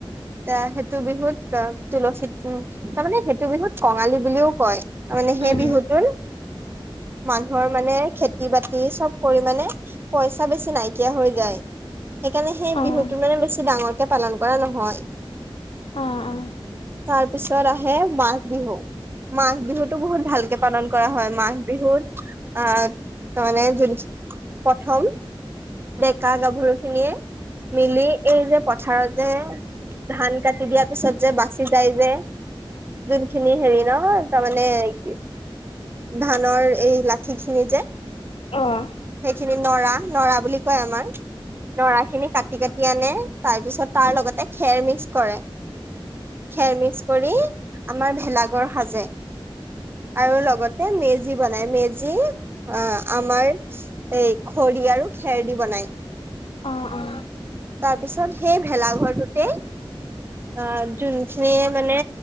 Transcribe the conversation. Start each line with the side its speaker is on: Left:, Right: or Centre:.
Right: এহ সেইটো বিহুত অহ তুলসী তাৰমানে সেইটো বিহুত কঙালী বুলিও কয়। মানে সেই
Left: উম,
Right: বিহুটোৰ
Left: উম,
Right: মানুহৰ মানে খেতি-বাতি চব কৰি মানে পইচা বেছি নাইকীয়া হৈ যায়, সেইকাৰণে সেই
Left: অ'।
Right: বিহুতো মানে বেছি ডাঙৰকে পালন কৰা নহয়।
Left: আহ আহ।
Right: তাৰ পিছত আহে মাঘ বিহু, মাঘ বিহুতটো বহুত ভালকে পালন কৰা হয় মাঘ বিহুত আহ তাৰ মানে যদি প্ৰথম ডেকা গাভৰু খিনিয়ে মিলি এই যে পথাৰত যে ধান কাটি দিয়াৰ পিছত যে বাচি যায় যে যোনখিনি হেৰি ন' তাৰমানে কি ধানৰ এই লাঠি খিনি যে,
Left: অ'
Right: খিনি নৰা নৰা বুলি কয় আমাৰ নৰা খিনি কাটি কাটি আনে তাৰ পিছত তাৰ লগতে খেৰ মিক্স কৰে খেৰ মিক্স কৰি আমাৰ ভেলাঘৰ সাজে‌। আৰু লগতে মেজ মেজি বনাই মেজি অ' আমাৰ এই খৰি আৰু খেৰদি বনাই।
Left: অ অ
Right: তাৰপিছত সেই ভেলাঘৰটোতে অ' যোনখিনিয়ে মানে